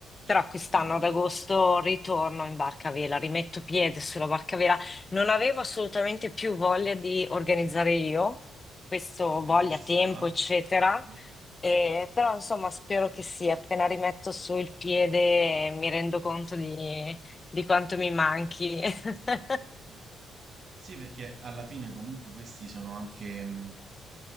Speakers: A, on the right; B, on the left.
A: Certo,
B: Però quest'anno
A: eh beh.
B: ad agosto ritorno in barcavela, rimetto piede sulla barcavela. Non avevo assolutamente più voglia di organizzare io, questo
A: Ok, eh,
B: voglia,
A: ci
B: tempo,
A: sta.
B: eccetera.
A: Mhm.
B: Eh, però insomma spero che sì, appena rimetto su il piede eh, mi rendo conto di, di quanto mi manchi. <laughs>
A: Certo. Sì, perché alla fine comunque questi sono anche, mh,